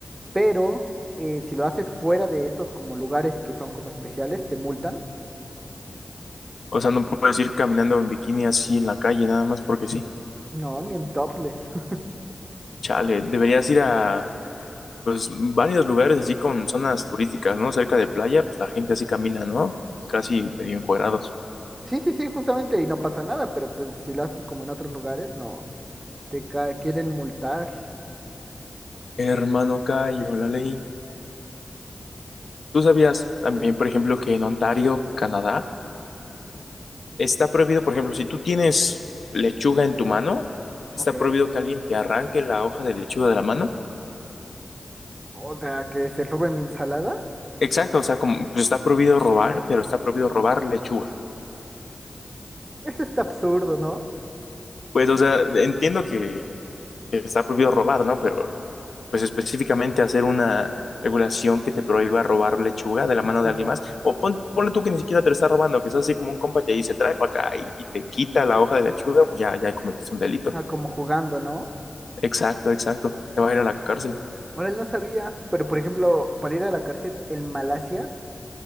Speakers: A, on the right; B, on the left.
A: Pero eh, si lo haces fuera de estos como lugares que son como especiales, te multan.
B: O sea, no puedes ir caminando en bikini así en la calle, nada más porque sí.
A: No, ni en topless. <laughs>
B: Chale, deberías ir a, pues, varios lugares así con zonas turísticas, ¿no? Cerca de playa, pues la gente así camina, ¿no? Casi medio encuerados.
A: Sí, sí, sí, justamente, y no pasa nada, pero pues si lo haces como en otros lugares, no, te ca- quieren multar.
B: Hermano, cayó la ley. ¿Tú sabías también,
A: Sí.
B: por ejemplo, que en Ontario, Canadá, está prohibido, por ejemplo, si tú tienes lechuga en tu mano, está
A: Ok.
B: prohibido que alguien te arranque la hoja de lechuga de la mano
A: O sea, que se roben mi ensalada.
B: Exacto, o sea, como pues está prohibido robar, pero está prohibido robar lechuga.
A: <laughs> Eso está absurdo, ¿no?
B: Pues, o sea, entiendo que, que está prohibido robar, ¿no? Pero, pues específicamente hacer una regulación que te prohíba robar lechuga de la
A: Lechugas.
B: mano de alguien más, o pon- ponle tú que ni siquiera te lo está robando, que es así como un compa te dice, trae para acá y, y te quita la hoja de lechuga, pues ya, ya cometiste un delito.
A: Ajá, como jugando, ¿no?
B: Exacto, exacto, te vas a ir a la cárcel.
A: Ahora él no sabía, pero por ejemplo, para ir a la cárcel en Malasia,